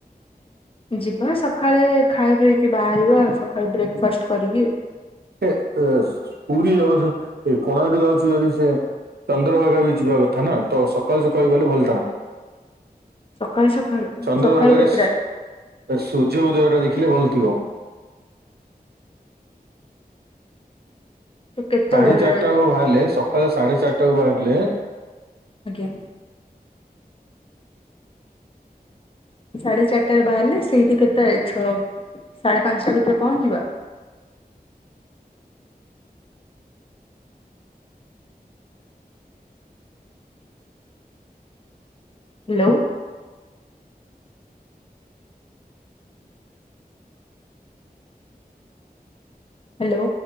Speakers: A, on the left; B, on the right.
A: ଯିବା ସକାଳେ ଖାଇ ପିଇକି ବାହାରିବା ସକାଳେ ବ୍ରେକ୍ଫାଷ୍ଟ କରିକି।
B: ଏ ପୁରୀ ଯାଉଛି ଏ କୋଣାର୍କ ଯାଉଛି ଯଦି ସେ ଚନ୍ଦ୍ରଭାଗା ବି ଯିବା କଥା ନା ତ ସକାଳୁ ସକାଳୁ ଗଲେ ଭଲ ଥାନ୍ତା
A: ସକାଳୁ ସକାଳୁ
B: ଚନ୍ଦ୍ରଭାଗାରେ
A: ସକାଳୁ କେତେଟା
B: ସୂର୍ଯ୍ୟ ଉଦୟ ଟା ଦେଖି ଭଲ ଥିବ।
A: ତ କେତେବେଳେ
B: ସାଢେ ଚାରିଟାୁ ବାହାରିଲେ ସକାଳେ ସାଢେ ଚାରିଟାକୁ ବାହାରିଲେ।
A: ଆଜ୍ଞା ସାଢେ ଚାରିଟାରେ ବାହାରିଲେ ସେଇଠି କେତେ ଛଅ ସାଢେ ପାଞ୍ଚଟା ଭିତରେ ପହଞ୍ଚିବା। ହ୍ୟାଲୋ। ହ୍ୟାଲୋ।